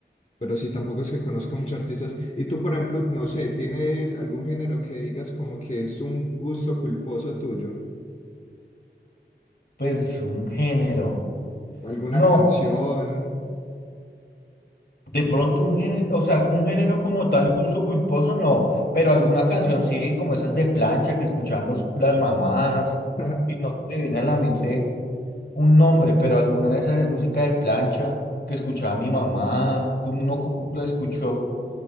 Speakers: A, on the left; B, on the left.
A: pero sí, tampoco es que conozca muchos artistas. Y tú, por ejemplo, no sé, ¿tienes algún género que digas como que es un gusto culposo tuyo?
B: pues un género.
A: ¿Alguna
B: No,
A: canción?
B: de pronto un género, o sea, un género como tal, gusto culposo, no, pero alguna canción sí, como esas de plancha que escuchaban los, las mamás,
A: <laughs>
B: y no me viene a la mente un nombre, pero alguna de esas de música de plancha que escuchaba mi mamá, que uno co- lo escuchó